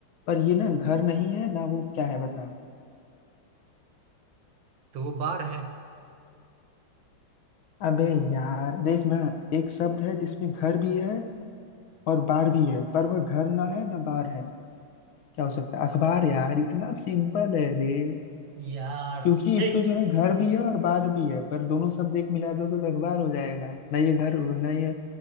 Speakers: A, on the left; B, on the right.
A: पर ये ना घर नहीं है ना वो क्या है बता
B: तो वो बार है
A: अबे यार देख ना एक शब्द है जिसमें घर भी है और बार भी है पर वह घर ना है ना बार है क्या हो सकता है अखबार यार इतना सिंपल है रे
B: यार
A: क्योंकि
B: शिट,
A: इसमें जो है घर भी है और बार भी है पर दोनों शब्द एक मिला दोगे तो तो अखबार हो जाएगा ना ये घर ना ये